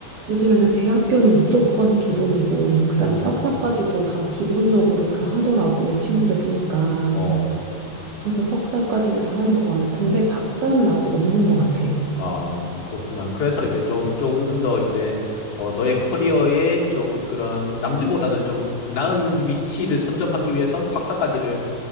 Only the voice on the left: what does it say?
음,
어,
아, 그렇구나. 그래서 이제 좀, 조금 더 이제, 어, 너의 커리어에 좀 그런, 남들보다는 좀 나은 위치를 선점하기 위해서 박사까지를